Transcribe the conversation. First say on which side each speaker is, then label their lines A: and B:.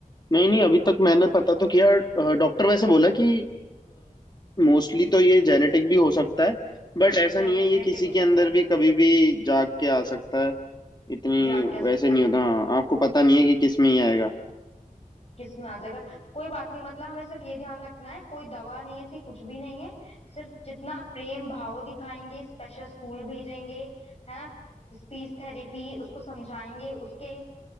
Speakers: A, on the left; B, on the left.
A: नहीं नहीं अभी तक मैंने पता तो किया अ, डॉक्टर वैसे बोला कि मोस्टली तो ये जेनेटिक भी हो सकता है बट ऐसा
B: जेनेटिक
A: नहीं है ये किसी
B: हो
A: के
B: सकता
A: अंदर
B: है
A: भी कभी भी जाग के आ सकता है इतनी
B: जाग क्या सकता
A: वैसे नहीं
B: है
A: होता हाँ आपको पता नहीं है कि किस में ही आएगा
B: किस में आ जाएगा कोई बात नहीं मतलब हमें सिर्फ ये ध्यान रखना है कोई दवा नहीं है ऐसी कुछ भी नहीं है सिर्फ जितना प्रेम भाव दिखाएंगे स्पेशल स्कूल भेजेंगे है ना स्पीच थेरेपी उसको समझाएंगे उसके